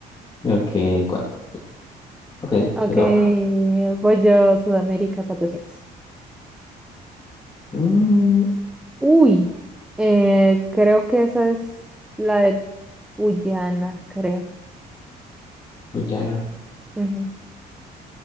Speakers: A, on the left; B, in the centre.
A: Ok, cuate. Ok,
B: Ok,
A: te toca.
B: voy yo Sudamérica 400.
A: Mm,
B: Uy, eh, creo que esa es la de Guyana, creo.
A: Guyana.
B: Ujú.